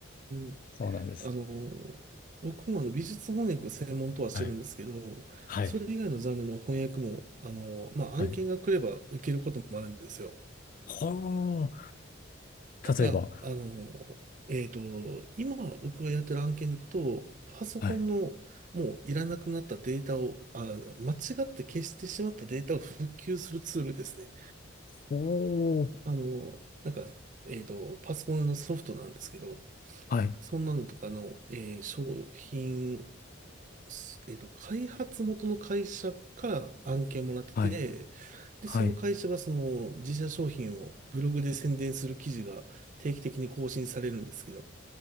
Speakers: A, on the right; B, on the left.
A: ん。
B: そうなんです。
A: あの、僕もあの美術翻訳専門とはしてるんですけど、
B: はいはい。
A: それ以外のジャンルの翻訳も、あの、まあ、
B: はい。
A: 案件が来れば受けることもあるんですよ。
B: はあ。
A: ただ、
B: 例えば、
A: あの、えっと、今僕がやってる案件でいくと、パソコンのもういらなくなったデータを、
B: はい。
A: あ、間違って消してしまったデータを復旧するツールですね。
B: おー。
A: あの、なんか、えっと、パソコンのソフトなんですけど、
B: はい。
A: そんなのとかの、えー商品すえっと、開発元の会社から案件もらってて、
B: はい。
A: で、
B: はい。
A: その会社がその自社商品をブログで宣伝する記事が定期的に更新されるんですけど、